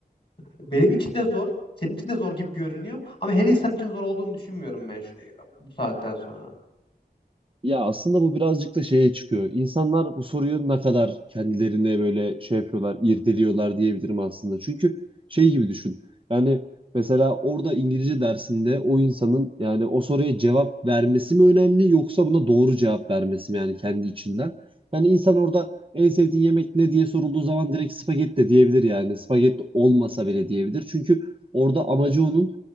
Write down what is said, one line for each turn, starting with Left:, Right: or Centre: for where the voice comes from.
Left: e, benim için de zor, senin için de zor gibi görünüyor ama her insan için zor olduğunu düşünmüyorum ben şu- e, bu saatten sonra.
Right: Ya aslında bu birazcık da şeye çıkıyor. İnsanlar bu soruyu ne kadar kendilerine böyle şey yapıyorlar, irdeliyorlar diyebilirim aslında. Çünkü şey gibi düşün. Yani mesela orada İngilizce dersinde o insanın yani o soruya cevap vermesi mi önemli yoksa buna doğru cevap vermesi mi yani kendi içinden? Yani insan orada en sevdiğin yemek ne diye sorulduğu zaman direkt spagetti de diyebilir yani. Spagetti olmasa bile diyebilir. Çünkü orada amacı onun